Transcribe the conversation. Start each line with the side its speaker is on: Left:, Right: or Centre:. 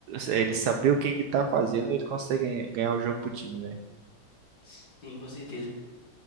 Right: ele saber o que que ele tá fazendo, ele consegue ganha- ganhar o jogo pro time, velho.
Left: Sim, com certeza.